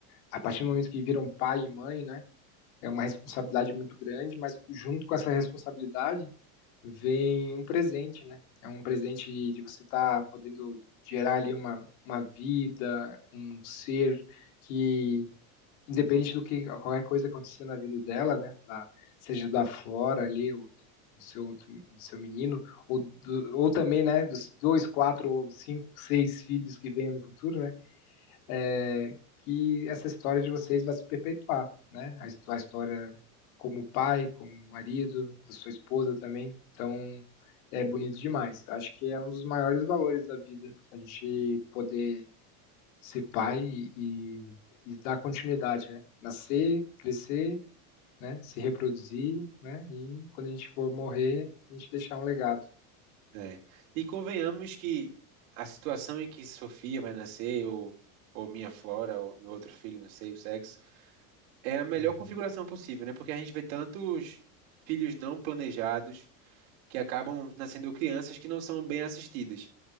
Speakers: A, on the left (about 70°); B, on the right (about 65°).
A: a partir do momento que viram pai e mãe, né? É uma responsabilidade muito grande, mas junto com essa responsabilidade vem um presente, né? É um presente de de você estar podendo gerar ali uma, uma vida, um ser que, independente do que qualquer coisa acontecer na vida dela, né? Da, seja da Flora ali, ou do, do seu, do seu menino, ou, do- ou também, né? Dos dois, quatro, ou cinco, seis filhos que venham no futuro, né? é, que essa história de vocês vai se perpetuar, né? A, a história como pai, como marido, da sua esposa também. Então, é bonito demais. Acho que é um dos maiores valores da vida, a gente poder ser pai e, e dar continuidade, né? Nascer, crescer, né? Se reproduzir, né? E quando a gente for morrer, a gente deixar um legado.
B: É. E convenhamos que a situação em que Sofia vai nascer, ou, ou minha Flora, ou meu outro filho, não sei o sexo, é a melhor
A: Uhum.
B: configuração possível, né? Porque a gente vê tantos filhos não planejados que acabam nascendo crianças que não são bem assistidas.